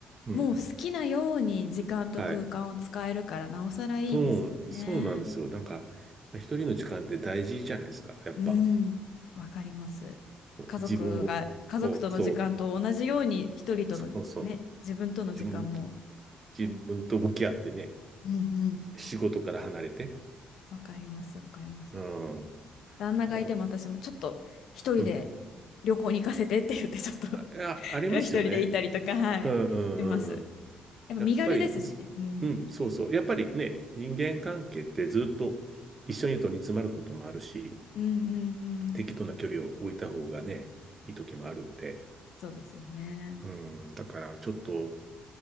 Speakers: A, on the right; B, on the left.
A: うん。
B: もう好きなように時間と空間を使えるからなおさらいいですよね。
A: はい。そう、そうなんですよ。なんか、一人の時間って大事じゃないですか。やっぱ、
B: うん、わかります。
A: こう自分を、
B: 家族が家族との時間と同じように一人とのね、
A: こう、そう、そうそう、
B: 自分との時間も。
A: 自分と、自分と向き合ってね、
B: うんうん。
A: 仕事から離れて。
B: わかります、わかります。
A: うん。
B: 旦那がいても私もちょっと一人で
A: だから、うん。
B: 旅行に行かせてって言ってちょっと <laughs>
A: あ、いやありますよね。
B: 一人で行ったりとか、はい、
A: うんうんうんうん。
B: します。やっぱ身軽ですしね。
A: やっぱりず、
B: うん。
A: うん、そうそう。やっぱりね、人間関係ってずっと一緒にいると煮詰まることもあるし、
B: うんうんうん。
A: 適度な距離を置いた方がね、いい時もあるんで。
B: そうですよね。
A: うん、だからちょっと